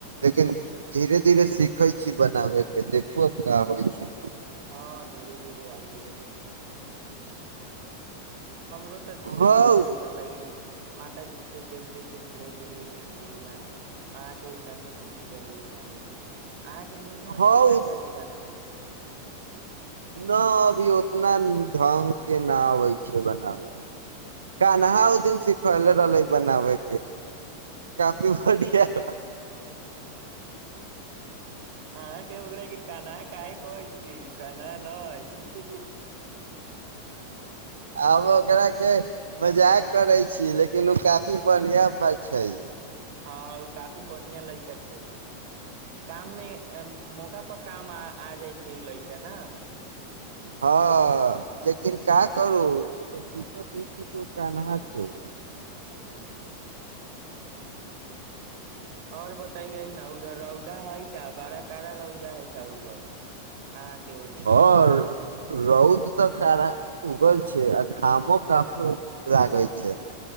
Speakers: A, on the right; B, on the right.
A: लेकिन धीरे धीरे सीखै छी बनाबे के देखूब क होइ छै
B: हँ धीरे धीरे आइए र तऽ धीरे
A: हौ
B: धीरे अलै साताजी से देख देख के धीरे धीरे सिखली आ अहाँके ओहिसेहिे सीख जेबै बनाे के अहाँके मीट मछली
A: हौ
B: आ जाले बनाबे
A: न अभी उतना ढ्ंग के न अबै छै बनाबे कानहाउ दिन सिक खइले ल लै बना होै कफी बढियां ह ह
B: अहाँके हो रहे कान काय कहै छियै य कना न <unintelligible>
A: आब ओकरा के मजाक करे छी लेकिन ओ काफी बढ़िया बात छै
B: हँ ओ काफी बढ़िया लड़िका छै काम मे मोगा पर काम आ जाइ छै लैका ने
A: हँ लेकिन का करू ओकर दिक्कत ई छै कि ओ कन्हा छै
B: हुँ आओर बताइएै न उधर रौदा है का बारा कड़ा रौदा है क्य उगल अहाँ के ओरी
A: आओर रौद तऽ कारा उगल छै आ घामो काफी लागै छै